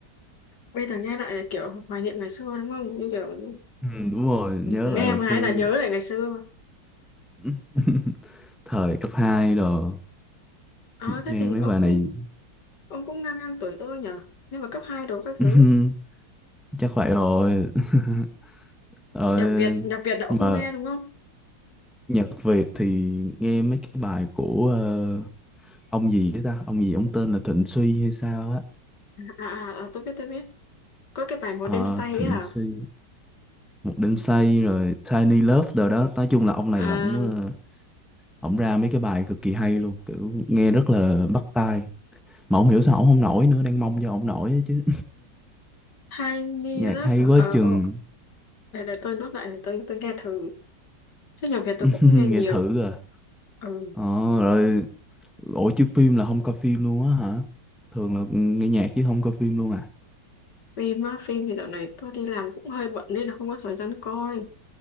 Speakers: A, on the left; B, in the centre.
A: bây giờ nghe lại là kiểu hoài niệm ngày xưa đúng không như kiểu
B: Ừ, đúng rồi, nhớ
A: nghe
B: lại hồi
A: mà
B: xưa
A: hay là nhớ lại ngày xưa
B: <laughs> thời cấp 2 rồi
A: à, thế
B: nghe
A: thì
B: mấy
A: ông
B: bài
A: cũng
B: này
A: ông cũng ngang ngang tuổi tôi nhở nhưng mà cấp 2 đồ các
B: <laughs>
A: thứ
B: chắc vậy rồi. <laughs> Ờ,
A: nhạc Việt nhạc Việt đã
B: nhưng
A: không
B: mà
A: nghe đúng không
B: nhạc Việt thì nghe mấy cái bài của ờ, ông gì đấy ta, ông gì ông tên là Thịnh Suy hay sao á.
A: à, à, à tôi biết tôi biết có cái bài một
B: Ờ,
A: đêm say
B: Thịnh
A: đấy hả
B: Suy, một đêm say rồi Tiny Love rồi đó, nói chung là ông này
A: à
B: ổng ờ, ổng ra mấy cái bài cực kỳ hay luôn, kiểu nghe rất là bắt tai. Mà không hiểu sao ổng không nổi nữa, đang mong cho ổng nổi đó chứ.
A: Tiny
B: nhạc
A: Love
B: hay
A: hả
B: quá
A: ờ
B: chừng
A: ồ, để để tôi nốt lại để tôi tôi nghe thử chứ nhạc Việt
B: <laughs>
A: tôi cũng không nghe nhiều
B: nghe thử rồi
A: ừ
B: ờ rồi ủa chứ phim là không coi phim luôn á hả thường là nghe nhạc chứ không coi phim luôn à
A: phim á phim thì dạo này tôi đi làm cũng hơi bận nên là không có thời gian coi